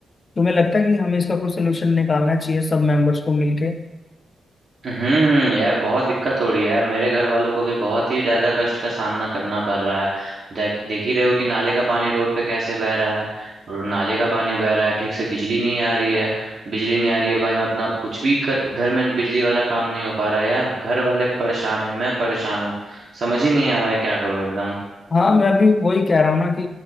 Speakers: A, on the left (about 40°); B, on the right (about 50°).
A: तुम्हें लगता है कि हमें इसका कोई सोल्यूशन निकालना चाहिए सब मेंबर्स को मिलके
B: हम्म हम्म, यार बहुत दिक्कत हो रही है यार मेरे घर वालों को भी बहुत ही ज्यादा कष्ट का सामना करना पड़ रहा है देख देख ही रहे हो कि नाले का पानी रोड पे कैसे बह रहा है और नाले का पानी बह रहा है ठीक से बिजली नहीं आ रही है बिजली नहीं आ रही है भाई मैं अपना कुछ भी कर, घर में बिजली वाला काम नहीं हो पा रहा है यार घर वाले परेशान है मैं परेशान हूँ समझ ही नहीं आ रहा है क्या करूँ एकदम
A: हाँ मैं भी वही कह रहा हूँ ना कि